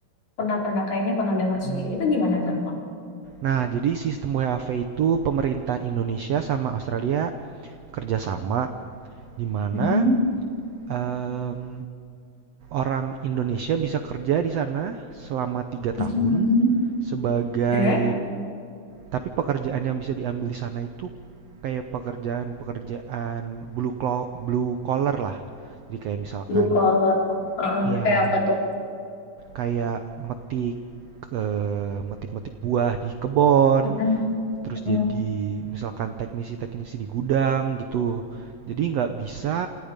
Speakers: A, on the left; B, on the right.
A: pernah pernah kayaknya pernah dengar
B: Hmm.
A: sih itu gimana tuh
B: Nah, jadi sistem WHV itu pemerintah Indonesia sama Australia kerjasama, di mana
A: Mm-mm.
B: em, orang Indonesia bisa kerja di sana selama tiga
A: Mm-mm,
B: tahun sebagai
A: Oke.
B: Tapi pekerjaan yang bisa diambil di sana itu kayak pekerjaan-pekerjaan blue clo- blue collar lah. Jadi kayak misalkan
A: Blue collar. Heeh,
B: iya
A: kayak apa tuh?
B: kayak metik eh, metik-metik buah di kebun,
A: Mm-mm,
B: terus
A: mm
B: jadi misalkan teknisi-teknisi di gudang gitu. Jadi nggak bisa